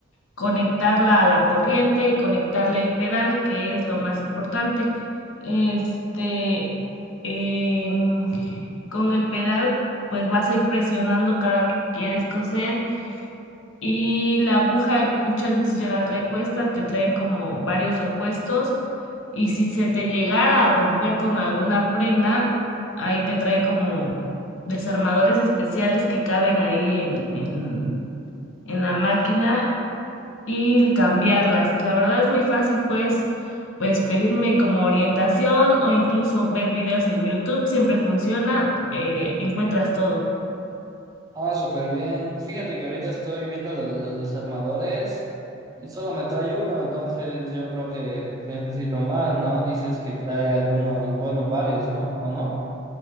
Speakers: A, on the left; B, on the right.
A: conectarla a la corriente y conectarle el pedal, que es lo más importante. Este, en- con el pedal, pues vas a ir presionando cada que quieres coser y la aguja muchas veces ya la trae puesta, te traen como varios repuestos y si se te llegara a romper con alguna prenda, ahí te trae como desarmadores especiales que caben ahí en, en en la máquina y cambiarlas. La verdad es muy fácil, pues, pues pedirme como orientación o incluso ver videos en YouTube, siempre funciona, eh, encuentras todo.
B: Ah, súper bien. Fíjate que ahorita estoy viendo lo de los desarmadores y solo me trae uno, entonces yo creo que necesito más, ¿no? Dices que trae algunos, bueno, varios, ¿no? ¿O no?